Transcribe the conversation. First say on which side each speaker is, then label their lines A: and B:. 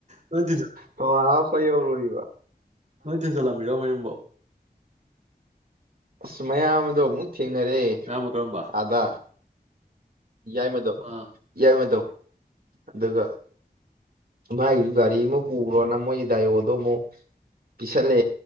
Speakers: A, on the right; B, on the right.
A: ꯅꯣꯏ ꯊꯤꯟꯖꯤꯟ
B: ꯊꯧꯕꯥꯜ ꯍꯥꯞꯄ ꯌꯧꯔꯨꯏ <inaudible>
A: ꯅꯣꯏ ꯊꯤꯟꯖꯜꯂꯝꯕꯤꯔꯣ ꯃꯌꯨꯝꯕꯣ
B: ꯑꯁ ꯃꯌꯥꯝ ꯑꯃꯗꯣ ꯊꯦꯡꯅꯔꯦ
A: ꯃꯌꯥꯝꯕ ꯀꯔꯝꯕ
B: ꯑꯗ ꯌꯥꯏ ꯃꯗꯣ
A: ꯑꯥ
B: ꯌꯥꯏ ꯃꯗꯣ ꯑꯗꯨꯒ ꯃꯥꯏ ꯒꯥꯔꯤ ꯑꯃ ꯄꯨꯈꯔꯣꯅ ꯃꯣꯏ ꯗꯥꯏꯑꯣꯗꯣ ꯑꯃꯨꯛ ꯄ ꯆꯠꯂꯦ